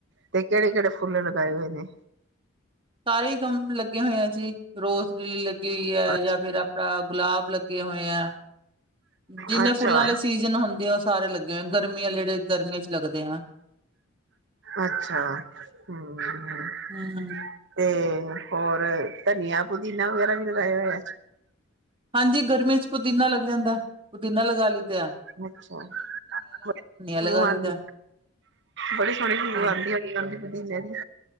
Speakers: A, on the right (about 55°); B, on the right (about 25°).
A: ਤੇ ਕਿਹੜੇ-ਕਿਹੜੇ ਫੁੱਲ ਲਗਾਏ ਹੋਏੇ ਨੇ?
B: ਸਾਰੇ ਈ ਕੰਮ ਲੱਗੇ ਹੋਏ ਜੀ ਰੋਜ਼ਲੀ ਲੱਗੀ ਹੋਈ ਐ
A: ਅੱਛਾ
B: ਜਾਂ ਫਿਰ ਆ ਗੁਲਾਬ ਲੱਗੇ ਹੋਏ ਆ, ਜਿੰਨੇ
A: ਅੱਛਾ
B: ਫੁੱਲਾ ਆਲੇ ਸੀ ਸੀਜ਼ਨ ਹੁੰਦੇ ਆ ਉਹ ਸਾਰੇ ਲੱਗੇ ਹੋਏ ਗਰਮੀਆਂ ਜਿਹੜੇ ਗਰਮੀਆਂ 'ਚ' ਲੱਗਦੇ ਆ।
A: ਅੱਛਾ, ਹੂੰ-ਹੂੰ।
B: ਹੂੰ-ਹੂੰ
A: ਤੇ ਹੋਰ ਧਨੀਆ, ਪੁਦੀਨਾ ਵਗੈਰਾ ਵੀ ਲਗਾਇਆ ਹੋਇਆ?
B: ਹਾਂਜੀ, ਗਰਮੀਆਂ 'ਚ' ਪੁਦੀਨਾ ਲੱਗ ਜਾਂਦਾ ਪੁਦੀਨਾ ਲਗਾ ਲਈ ਦਾ।
A: ਅੱਛਾ, ਬੜੀ ਖੁਸ਼ਬੂ
B: ਲਗਾ ਲਈਦਾ
A: ਆਉਂਦੀ, ਬੜੀ ਸੋਹਣੀ ਖੁਸ਼ਬੂ
B: ਹਾਂਜੀ
A: ਆਉਂਦੀ ਹੋਣੀ। <unintelligible> ਪੁਦੀਨੇ ਦੀ